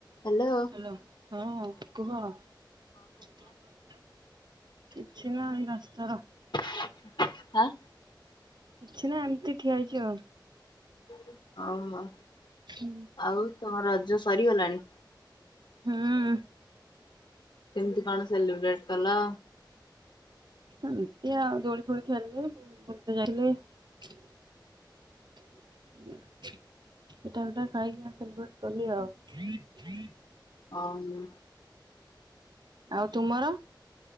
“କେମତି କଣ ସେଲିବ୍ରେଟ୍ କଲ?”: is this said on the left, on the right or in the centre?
Left